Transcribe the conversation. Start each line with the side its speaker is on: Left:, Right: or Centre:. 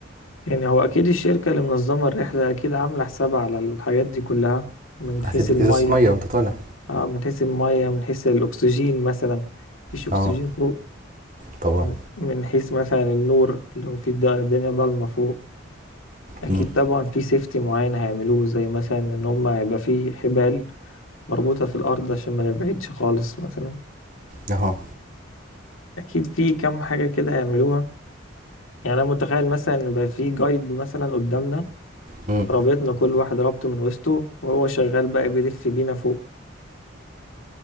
Left: يعني هو أكيد الشركة اللي منظمة الرحلة أكيد عاملة حسابها على الحاجات دي كلها من
Right: هتديك
Left: حيث المية
Right: إزازة مية وأنت طالع
Left: آه من حيث المية من حيث الأكسجين مثلا مفيش أكسجين
Right: اه
Left: فوق
Right: طبعا
Left: من من حيث مثلا النور لو في الد- الدنيا ضلمة فوق أكيد
Right: امم
Left: طبعا في سيفتي معين هيعملوه زي مثلا إن هما هيبقى في حبال مربوطة في الأرض عشان ما نبعدش خالص مثلا
Right: اهو
Left: أكيد في كام حاجة كده هيعملوها يعني انا متخيل مثلا ان بقى في جايد مثلا قدامنا
Right: امم
Left: رابطنا كل واحد رابطه من وسطه وهو شغال بقى بيلف بينا فوق